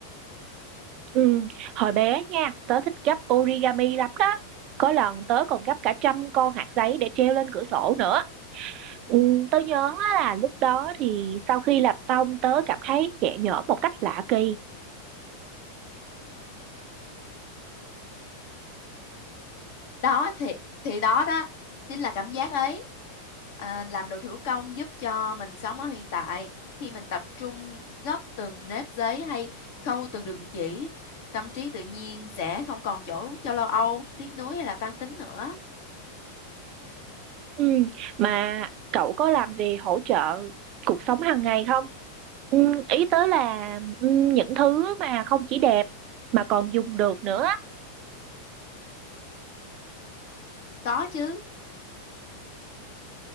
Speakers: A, on the right; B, on the left.
A: ừ hồi bé nha tớ thích gấp origami lắm đó có lần tớ còn gấp cả trăm con hạt giấy để treo lên cửa sổ nữa ừ, tớ nhớ là lúc đó thì sau khi làm xong tớ cảm thấy nhẹ nhõm một cách lạ kỳ
B: đó thì thì đó đó chính là cảm giác ấy à, làm đồ thủ công giúp cho mình sống ở hiện tại khi mình tập trung gấp từng nếp giấy hay khâu từng đường chỉ tâm trí tự nhiên sẽ không còn chỗ cho lo âu tiếc nuối hay là toan tính nữa
A: Ừ. Mà cậu có làm gì hỗ trợ cuộc sống hàng ngày không? Ừ, ý tới là ừ, những thứ mà không chỉ đẹp mà còn dùng được nữa.
B: có chứ